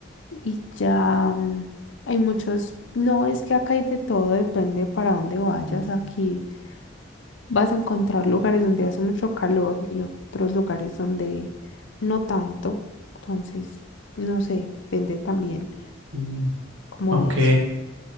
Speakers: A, on the left; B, on the right.
A: Y ya mm, hay muchos, no es que acá hay de todo, depende para dónde vayas.
B: ujú,
A: Aquí vas a encontrar lugares donde hace mucho calor y otros lugares donde no tanto. Entonces, no sé, depende también
B: mm.
A: como
B: Ok.
A: de eso.